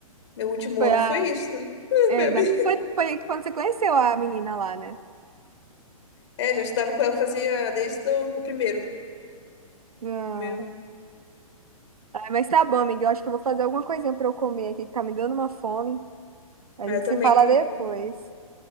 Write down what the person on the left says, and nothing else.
Meu último
ano
foi isso. né? <laughs>
Foi a
minha-
É, já estudava com ela, fazia desde o do primeiro.
Primeiro...
Mas
eu também
tô...
com-